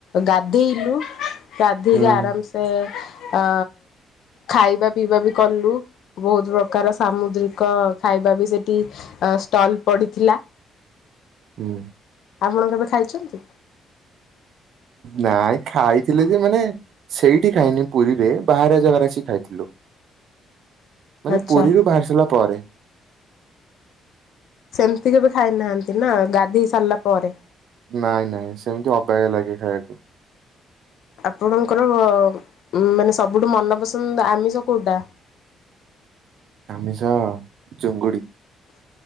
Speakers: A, on the left; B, on the right.
A: ଗାଧେଇଲୁ ଗାଧେଇକି
B: ହୁଁ
A: ଆରାମ ସେ ଅ ଖାଇବା ପିଇବା ବି କଲୁ। ବହୁତ ପ୍ରକାର ସାମୁଦ୍ରିକ ଖାଇବା ବି ସେଠି ଷ୍ଟଲ ପଡିଥିଲା।
B: ହଁ।
A: ଆପଣ କେବେ ଖାଇଛନ୍ତି?
B: ନାଇଁ ଖାଇଥିଲେ ଯେ ମାନେ ସେଇଠି ଖାଇନି ପୁରୀରେ ବାହାରେ ଜାଗାରେ ଆସିିକି ଖାଇଥିଲୁ। ମାନେ
A: ଆଚ୍ଛା
B: ପୁରୀରୁ ବାହାରି ସାରିଲା ପରେ।
A: ସେମତି କେବେ ଖାଇନାହାନ୍ତି ନା ଗାଧେଇ ସାରିଲା ପରେ?
B: ନାଇଁ ନାଇଁ ସେମତି ଅବାଗିଆ ଲାଗେ ଖାଇବାକୁ।
A: ଆପଣଙ୍କର ମ-ମ ମାନେ ସବୁଠୁ ମନପସନ୍ଦ ଆମିଷ କୋଉଟା?
B: ଆମିଷ ଚୁଙ୍ଗୁଡି।